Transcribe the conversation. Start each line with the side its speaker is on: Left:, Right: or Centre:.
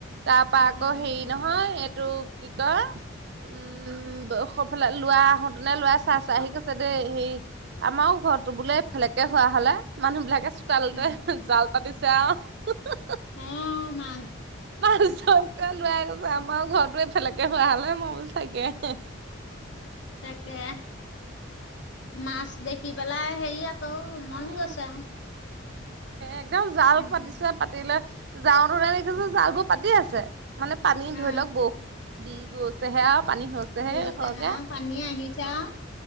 Right: তাৰ পৰা
Left: কঠিয়াবোৰ
Right: আকৌ হেৰি
Left: তুলি
Right: নহয় এইটো কি কয় উম সৌফালে লোৱা আহোতে নে লোৱা চাই চাই আহি ক দেই হে আমাৰো ঘৰটো বোলে সেইফালেকে হোৱা হলে মানুহ বিলাকে তালতে
Left: উম
Right: জাল পাতিছে আও, হেহ হেহ।
Left: অ মা-
Right: মা চৌকা লোৱাই গৈছে আমাৰ ঘৰতো এফালেকে হোৱা হ'লে মই বোলো তাকে।
Left: তাকে। মাছ দেখি পেলাই হেৰি আকৌ মন
Right: উম
Left: গৈছে আৰু।
Right: একদম জাল
Left: উম।
Right: পাতিছে, পাতি লৈ যাওঁতো দেখিছো জাল বোৰ পাতি আছে। মানে পানী ধৰি
Left: অ
Right: লওক বৰ দি গৈছেহে আৰু পানী হৈছে। সেই
Left: গৈছে
Right: সৰকে।
Left: হা পানী আহিছে
Right: অ,
Left: আৰু